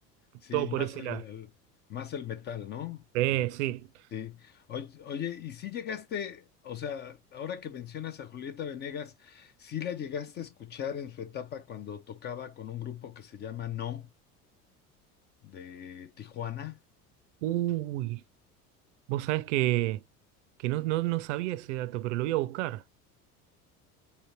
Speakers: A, on the left; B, on the right.
A: sí,
B: todo
A: más
B: por ese
A: el,
B: lado.
A: el- más el metal, ¿no?
B: Eh,
A: En-
B: sí.
A: sí. Oye, oye, y si llegaste, o sea, ahora que mencionas a Julieta Venegas, ¿sí la llegaste a escuchar en su etapa cuando tocaba con un grupo que se llama No, de Tijuana?
B: Uy, vos sabés que, que no, no, no sabía ese dato, pero lo voy a buscar.